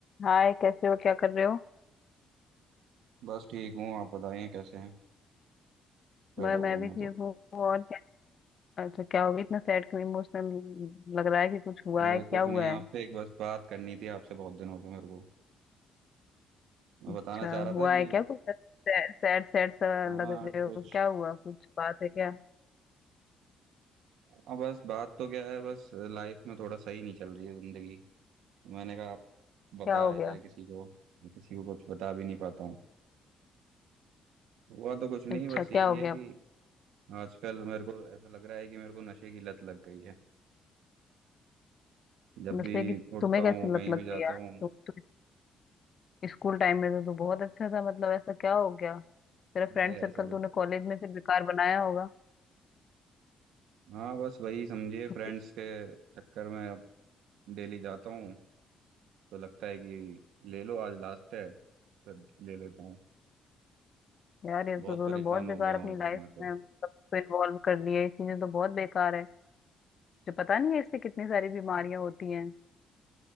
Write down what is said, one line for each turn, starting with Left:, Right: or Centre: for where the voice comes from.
Left: हाय कैसे हो क्या कर रहे हो
Right: बस ठीक हूँ आप बताइए कैसे हैं बैठा
Left: मैं
Right: हुआ
Left: मैं
Right: हूँ
Left: भी
Right: मैं
Left: ठीक
Right: तो
Left: हूँ और क्या अच्छा क्या हो गया इतना सैड क्यों इमोशनल लग रहा है कि कुछ हुआ
Right: अरे
Left: है क्या
Right: कुछ
Left: हुआ
Right: नहीं
Left: है
Right: आपसे एक बस बात करनी थी आपसे बहुत दिनों से मेरे को मैं
Left: अच्छा
Right: बताना चाह रहा
Left: हुआ
Right: था कि
Left: है क्या कुछ सैड सैड सा
Right: हाँ
Left: लग रहे हो
Right: कुछ
Left: क्या हुआ कुछ बात है क्या
Right: हाँ बस बात तो क्या है बस लाइफ में थोड़ा सही नहीं चल रही है जिंदगी मैंने कहा आप बताया
Left: क्या हो गया
Right: जाए किसी को मैं किसी को कुछ बता भी नहीं पाता हूँ हुआ तो कुछ नहीं
Left: अच्छा
Right: बस
Left: क्या
Right: यही
Left: हो
Right: है
Left: गया
Right: कि आजकल मेरे को ऐसा लग रहा है कि मेरे को नशे की लत लग गई है जब
Left: मतलब
Right: भी
Left: कि
Right: उठता
Left: तुम्हें कैसे
Right: हूँ कहीं
Left: लत लग
Right: भी जाता
Left: गई यार
Right: हूँ
Left: तुम तो स्कूल टाइम में तो तू बहुत अच्छा था मतलब ऐसा क्या हो गया तेरा फ्रेंड
Right: अरे
Left: सर्कल
Right: ऐसा
Left: तूने
Right: कुछ
Left: कॉलेज में फिर बेकार बनाया होगा
Right: हाँ बस वही समझिए
Left: तो
Right: फ्रेंड्स
Left: कि-
Right: के चक्कर में डेली जाता हूँ तो लगता है कि ले लो आज लास्ट है फिर ले लेता हूँ
Left: यार ये
Right: बहुत
Left: तो तूने
Right: परेशान
Left: बहुत बेकार
Right: हो गया हूँ
Left: अपनी
Right: यार
Left: लाइफ
Right: मैं तो
Left: में मतलब इन्वॉल्व कर लिया ये चीजें तो बहुत बेकार है जो पता नहीं है इससे कितनी सारी बीमारियां होती हैं